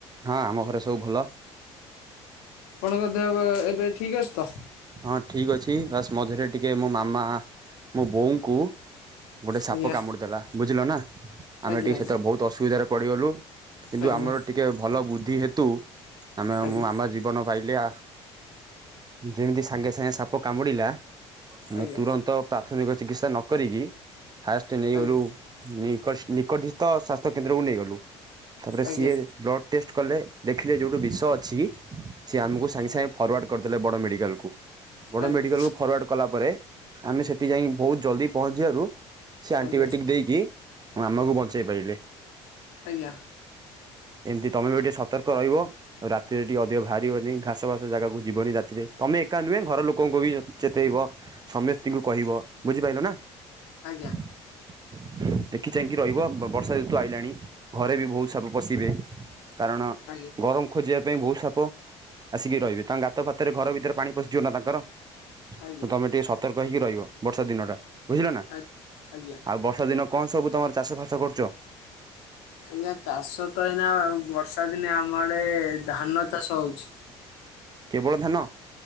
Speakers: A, on the right; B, on the left.
A: ହଁ ଆମ ଘରେ ସବୁ ଭଲ।
B: ପଣଙ୍କ ଦେଅ ଏବେ ଠିକ ଅଛି ତ?
A: ହଁ ଠିକ୍ ଅଛି ବାସ୍ ମଝିରେ ଟିକେ ମୋ ମାମା ମୋ ବୋଉଙ୍କୁ ଗୋଟେ ସାପ
B: ଆଜ୍ଞା
A: କାମୁଡ଼ିଦେଲା ବୁଝିଲ ନା ଆମେ
B: ଆଜ୍ଞା
A: ଟିକେ
B: ଆଜ୍ଞା
A: ସେତେବେଳେ ବୋହୁତ ଅସୁବିଧାରେ ପଡ଼ିଗଲୁ। କିନ୍ତୁ
B: ଆଜ୍ଞା
A: ଆମର ଟିକେ ଭଲ ବୁଦ୍ଧି ହେତୁ ଆମେ
B: ଆଜ୍ଞା ଆଜ୍ଞା
A: ମୁଁ ମାମା ଜୀବନ ପାଇଲେ ଆ। ଯେମିତି ସାଙ୍ଗେ ସାଙ୍ଗେ ସାପ କାମୁଡ଼ିଲା ଆମେ
B: ଆଜ୍ଞା
A: ତୁରନ୍ତ ପ୍ରାଥମିକ ଚିକିତ୍ସା ନ କରିକି ଫାଷ୍ଟ ନେଇଗଲୁ
B: ଆଜ୍ଞା
A: ନିକସ ନିକଟିସ୍ଥ ସ୍ୱାସ୍ଥ୍ୟ କେନ୍ଦ୍ରକୁ ନେଇଗଲୁ ତାପରେ
B: ଆଜ୍ଞା
A: ସିଏ ବ୍ଲଡ଼ ଟେଷ୍ଟ କଲେ ଦେଖିଲେ ଯୋଉଠୁ ବିଷ ଅଛି ସିଏ ଆମକୁ ସାଙ୍ଗେ ସାଙ୍ଗେ ଫରୱାର୍ଡ଼ କରିଦେଲେ ବଡ଼ ମେଡ଼ି କୁ ବଡ଼
B: ଆଜ୍ଞା
A: ମେଡ଼ିକାଲକୁୁ ଫରୱାର୍ଡ଼ କଲା ପରେ ଆମେ ସେଠି ଯାଇ ବହୁତ ଜଲ୍ଦି ପହଞ୍ଚିବାରୁ ସେ ଆଣ୍ଟିବାୟୋଟିକ୍
B: ଆଜ୍ଞା
A: ଦେଇକି ମାମାକୁ ବଞ୍ଚେଇ ପାଇଲେ।
B: ଆଜ୍ଞା।
A: ଏମିତି ତମେ ବି ଟିକେ ସତର୍କ ରହିବ। ଆଉ ରାତିରେ ଟିକେ ଅଧିକ ବାହାରିବନି ଘାସ ଫାସ ଜାଗାକୁ ଯିବନି ରାତିରେ। ତମେ ଏକା ନୁହେଁ ଘର ଲୋକଙ୍କୁ ବି ଚେତେଇବ ସମସ୍ତିଙ୍କୁ କହିବ, ବୁଝିପାଇଲ ନା?
B: ଆଜ୍ଞା।
A: <inaudible> ଦେଖି ଚାହିଁକି ରହିବ ବର୍ଷା ଋତୁ ଆଇଲାଣି ଘରେ ବି ବୋହୁତ ସାପ ପଶିବେ କାରଣ
B: ଆଜ୍ଞା।
A: ଗରମ ଖୋଜିବା ପାଇଁ ବୋହୁତ ସାପ ଆସିକି ରହିବେ ତାଙ୍କ ଗାତ ଫାତରେ ଘର ଭିତରେ ପାଣି ପଶିଯିବ ନା ତାଙ୍କର ତ
B: ଆଜ୍ଞା
A: ତମେ ଟିକେ ସତର୍କ ହେଇକି ରହିବ ବର୍ଷା ଦିନଟା। ବୁଝିଲ ନା
B: ଆଜ୍ଞା ଆଜ୍ଞା
A: ଆଉ ବର୍ଷା ଦିନ କଣ ସବୁ ତମର ଚାଷ ଫାସ କରୁଚ?
B: ଆଜ୍ଞା ଚାଷ ତ ଏଇନା ବର୍ଷା ଦିନେ ଆମ ଆଡ଼େ ଧାନ ଚାଷ ହୋଉଚି।
A: କେବଳ ଧାନ।